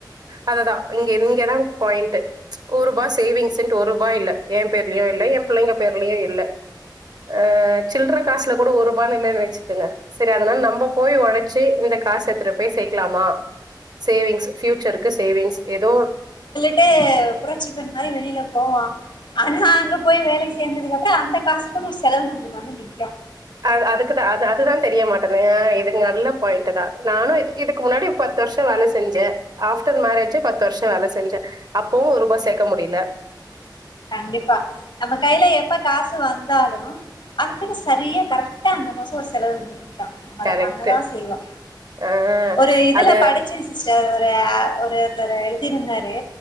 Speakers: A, on the right; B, on the left.
A: அததா இங்கெ இங்கெதா பாயிண்ட்டு ஒருபா சேவிங்ஸ்ன்ட்டு ஒருபா இல்ல ஏ பேர்லயு இல்ல எ புள்ளைங்க பேர்லயு இல்ல அ சில்ற காசுல கூட ஒருபானு இல்லன்னு வெச்சுக்கங்க செரி அதுனால நம்ம நம்ம போய் ஒழச்சி இந்த காசு எத்துட்டு போய் சேக்லாமா சேவிங்ஸ் பியூச்சருக்கு சேவிங்ஸ் ஏதோ
B: ட்டு புரட்சி பெண் மாரி வெளில போவா ஆனா அங்க போய் வேலைக் சேந்ததுக்கப்றோ அந்த காசுக்குன்னு ஒரு செலவு நம்பளுக்கு வந்து நக்கு
A: அத் அதுக்குதா அது அதுதா தெரிய மாட்டன்து எனா இது நல்ல பாயிண்ட் தா நானு இதுக்கு முன்னாடி பத்து வர்ஷோ வேல செஞ்சே ஆஃப்டர் மேரேஜே பத்து வருஷோ வேல செஞ்ச அப்போவு ஒரூபா சேக்க முடில
B: கண்டிப்பா நம்ம கைல்ல எப்ப காசு வந்தாலு அதுக்குனு சரியா கரெக்டா அந்த மாச ஒரு செலவு வந்து க்கு அத
A: கரெக்ட்டு.
B: பண்ணதா செய்வோ
A: அ
B: ஒரு இதுல
A: அது
B: படிச்ச சிஸடர் ஒரு ஒருத்தர் எழுதிருந்தாரு